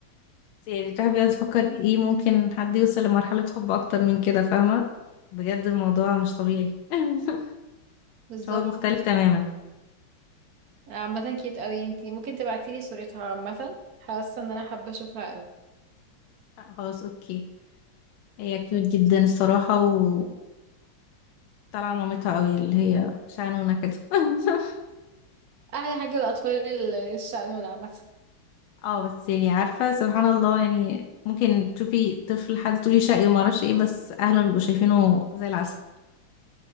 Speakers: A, on the left; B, on the right.
A: بس يعني الواحد بيقعد يفكر ايه ممكن حد يوصل لمرحلة حب اكتر من كده فاهمة بجد الموضوع مش طبيعي <laughs>
B: <laughs> بالظبط
A: شعور مختلف تماما
B: عامة كيوت قوي انتي ممكن تبعتيلي صورتها عامة حاسة إن أنا حابة أشوفها قوي
A: لا، خلاص اوكي هي كيوت
B: ماشي
A: جدا الصراحة وطالعة مامتها قوي اللي هي شعنونة كده <laughs>
B: أحلى حاجة الأطفال الشقنونة عامة
A: اه بس يعني عارفة سبحان الله يعني ممكن تشوفي طفل حد تقولي شقي وما اعرفش ايه بس اهله بيبقوا شايفينه زي العسل